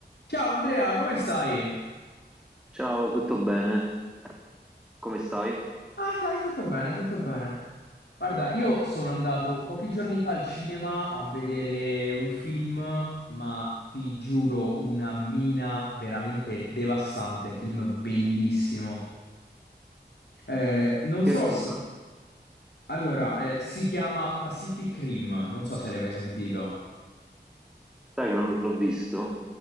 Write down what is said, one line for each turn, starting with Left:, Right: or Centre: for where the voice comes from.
Left: Ciao Andrea, come stai?
Centre: Ciao, tutto bene? Come stai?
Left: Ah, dai, tutto bene, tutto bene. Guarda, io sono andato pochi giorni fa al cinema a vedere un film, ma ti giuro, una mina veramente devastante, film bellissimo. Eh, non
Centre: Che
Left: so
Centre: film?
Left: se... Allora, eh, si chiama Pacific Rim, non so se l'hai mai sentito.
Centre: Sai che non l'ho visto.